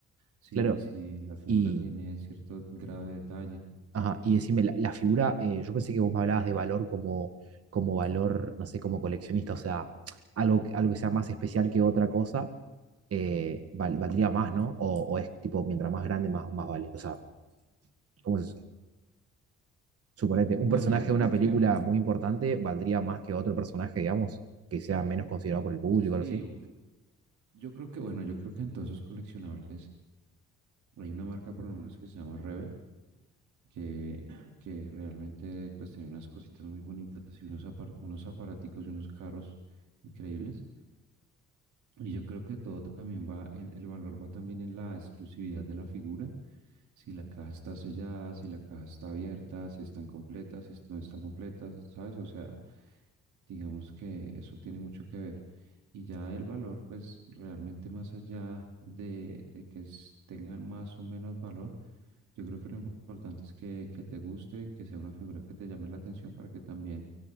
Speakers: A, on the right (about 75°); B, on the right (about 50°).
A: si,
B: claro.
A: si la figura
B: Y,
A: tiene cierto grado de detalle.
B: ajá, y decime, la, la figura, eh, yo pensé que vos me hablabas de valor como, como valor, no sé, como coleccionista, o sea, algo, que- algo que sea más especial que otra cosa, eh, val- valdría más, ¿no? O, o es tipo, mientras más grande, más, más vale. O sea, ¿cómo es eso? Suponete,
A: Bueno,
B: un personaje
A: yo
B: de
A: creo
B: una película
A: que
B: muy importante valdría más que otro personaje, digamos, que sea menos considerado por el público
A: Sí,
B: o algo así.
A: bu- yo creo que, bueno, yo creo que en todos esos coleccionables hay una marca por lo menos que se llama Rebel, que, que realmente pues tiene unas cositas muy bonitas y unos, apar- unos aparaticos y unos carros increíbles. Y yo creo que todo también va, en- el valor va también en la exclusividad de la figura. Si la caja está sellada, si la caja está abierta, si están completas, si no están completas, ¿sabes? O sea, digamos que eso tiene mucho que ver. Y ya el valor, pues realmente más allá de, de que s- tengan más o menos valor, yo creo que lo importante es que, que te guste, que sea una figura que te llame la atención para que también,